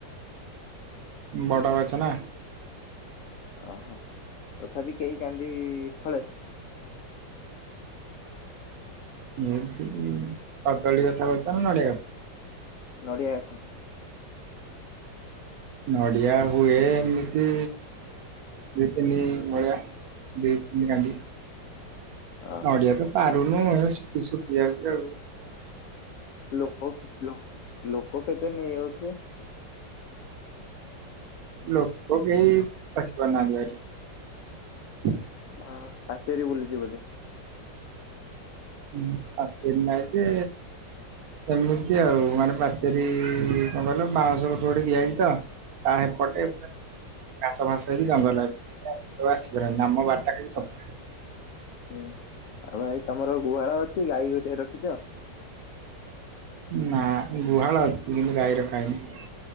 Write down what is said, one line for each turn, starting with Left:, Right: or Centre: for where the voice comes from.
Right: ବଡ ଗଛ ନା।
Left: ଓହୋ ତଥାପି କେଇ କାନ୍ଦି ଫଳେ?
Right: ଏମତି କଦଳୀ କଥା କଉଛ ନା ନଡ଼ିଆ।
Left: ନଡ଼ିଆ ଗଛ।
Right: ନଡିଆ ହୁଏ ଏମିତି। ଦି ତିନି ଭଳିଆ ଦି ତିନି କାନ୍ଦି।
Left: ଓହୋ
Right: ନଡିଆ ତ ପାରୁନୁ ହେ ସୁକି ସୁକି ଯାଉଛି ଆଉ ସେରା।
Left: ଲୋକ ଲୋକ୍ ଲୋକେ କେତେ ନେଇଯାଉଥିବେ।
Right: ଲୋକ କେହି ପସି ପରୁନାହାନ୍ତି ଭାରି।
Left: ଅଁ ପାଚେରୀ ବୁଲିଛି ବୋଧେ।
Right: ଉଁ ପାଚେରୀ ନାଇ ଯେ। ସେମିତି ଆଉ ମାନେ ପାଚେରୀ-ଇ-ଇ-ଇ-ଇ କଣ କହିଲ ବାଉଁସ ଗୋଟେ ଗୋଟେ ଦିଆ ହେଇଛି ତ। ତା ସେପଟେ ଘାସ ଫାସ ହେଇକି ଜଙ୍ଗଲ। ଆଉ ଆସି ପରନ୍ତିନି। ଆମ ବାଡିଟା ଖାଲି ସଫା।
Left: ହୁଁ ଆଉ ଭାଇ ତମର ଗୁହାଳ ଅଛି। ଗାଈ ଗୋଟିଏ ରଖିଛ।
Right: ନା ଗୁହାଳ ଅଛି କିନ୍ତୁ ଗାଈ ରଖାହେଇନି।